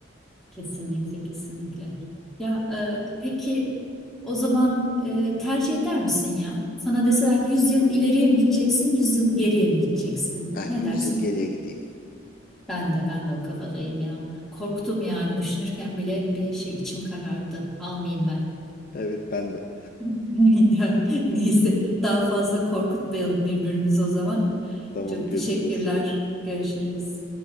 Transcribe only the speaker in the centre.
Kesinlikle, kesinlikle. Ya e, peki o zaman e, tercih eder misin ya? Sana deseler ki 100 yıl ileriye mi gideceksin, 100 yıl geriye mi gideceksin?
Ne
dersin?
Ben de ben de o kafadayım ya. Korktum yani düşünürken bile bir şey içim karardı. Almayayım ben.
<laughs> Ya, neyse daha fazla korkutmayalım birbirimizi o zaman.
Çok
teşekkürler. Görüşürüz.